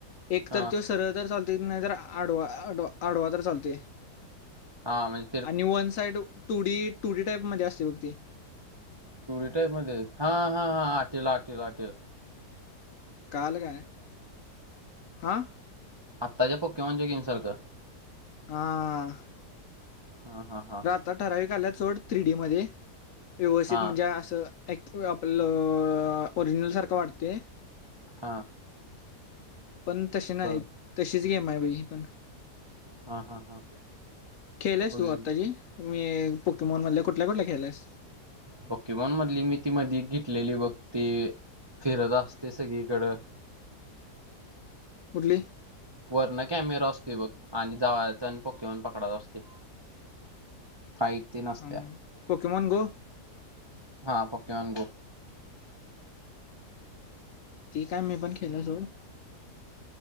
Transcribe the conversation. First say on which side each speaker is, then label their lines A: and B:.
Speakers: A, on the left; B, on the right.
A: एक
B: हा
A: तर तो सरळ तर चालत त नाही तर आडवा आड आडवा तर चालतोय.
B: हा म्हज
A: आणि one side two D two D type मध्ये असतय बघ ते.
B: टू डी टाईप मध्ये आहे हा हा हा आटीवाल आटीवाल आटीवाल.
A: कळालं काय हा
B: आत्ताच्या पोकेमोन च्या गेम सारखं.
A: हां
B: हा हा हां
A: आता ठराविक आल्यात सोड थ्रीडीमध्ये व्यवस्थित
B: हा
A: म्हणजे असं एक आपल् ओरिजनल सारखं वाटतय.
B: हा
A: पण तशि नाही
B: बर
A: तशीच गेम आहे ब ई पण
B: हा हा हा
A: खेळल्यास
B: बघेल
A: तू आत्ताची मी पोकेमोन मधले कुठल्या कुठल्या खेळलायस.
B: पोकेमॉन मधली मी ती मधी एक घेतलेली बग ती फिरत असतय सगळीकड
A: कुठली.
B: वरण कॅमेरा असतोय बघ आणि जाव आणि जाऊन पोके मॉन पकडायच असते. फाईट तेन असत्या
A: अं, पोकेमॉन गो
B: हा पोके मॉन गो
A: ती काय मी पण खेळलोय सोड